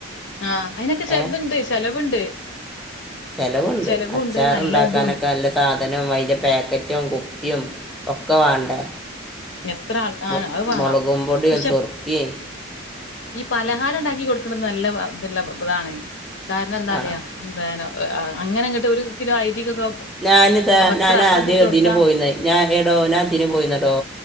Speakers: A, on the left; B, in the centre.
A: ആഹ് അയിനൊക്കെ ചെറുതുണ്ട്.
B: ഏ
A: ചെലവുണ്ട്.
B: ചെലവുണ്ട്.
A: ചെലവുണ്ട്
B: അച്ചാറുണ്ടാക്കാനൊക്കെ
A: നല്ലതും
B: നല്ല സാധനും അതിന്റെ പാക്കറ്റും കുപ്പിം ഒക്കെ വേണ്ടേ.
A: എത്ര ആൾ ആ
B: മൊ
A: അത് വേണം
B: മുളകും പൊടിയും
A: പക്ഷെ
B: സുർക്കിം.
A: ഈ പലഹാരം ണ്ടാക്കി കൊടുക്കണത് നല്ല ഇതുള്ള ഇതാണ്. കാരണം എന്താരിയാ.
B: ആ
A: എന്താനോ അങ്ങനെങ്ങിട്ട് ഒരു കിലോ അരിക്കൊക്കെ
B: ഞാനിതാ ഞാൻ
A: ഇത്ര അപ്പം
B: ആദ്യം
A: ചുട്ട്
B: ഇതിന്
A: കൊടുക്കാ.
B: പോയിന്ന് ഞാൻ ഏ ടോ ഞാൻതിരി പോയിന്നടൊ.